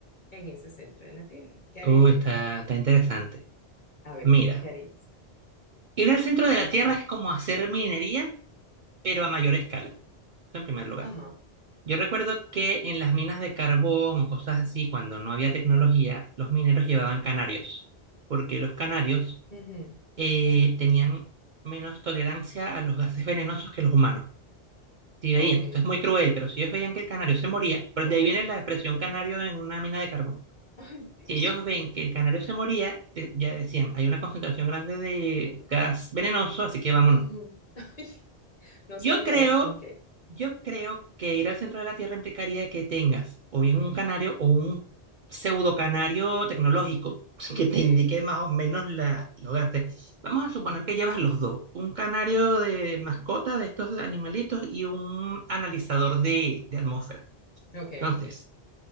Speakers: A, on the left; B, on the right.
A: en ese centro de la Tierra. ¿Qué harías
B: uh, está,
A: tú?
B: está interesante.
A: A ver,
B: Mira,
A: ¿qué harías?
B: ir al centro de la Tierra es como hacer minería, pero a mayor escala. Eso en primer lugar.
A: Ajá.
B: Yo recuerdo que en las minas de carbón o cosas así, cuando no había tecnología, los mineros llevaban canarios, porque los canarios
A: ujú,
B: eh, tenían menos tolerancia a los gases venenosos que los humanos. Si veían,
A: Ok.
B: esto es muy cruel, pero si ellos veían que el canario se moría, pues
A: Oh,
B: de ahí viene
A: Dios.
B: la expresión canario en una mina de carbón
A: Ay, Dios
B: si ellos
A: mío.
B: ven que el canario se moría, de- ya decían, hay una concentración grande de gas venenoso, así que vámonos.
A: Ujú. <laughs> Ay, no
B: Yo
A: sabía
B: creo,
A: eso. Ok.
B: yo creo que ir al centro de la Tierra implicaría que tengas o bien un canario o un pseudo canario tecnológico
A: Ok.
B: que te indique más o menos la, los gastos. Vamos a suponer que llevas los dos, un canario de mascota de estos animalitos y un analizador de, de atmósfera.
A: Ok.
B: Entonces,